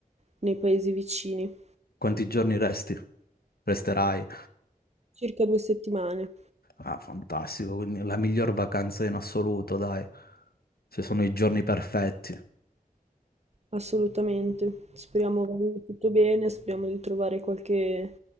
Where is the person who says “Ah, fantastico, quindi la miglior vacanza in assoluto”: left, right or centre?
Left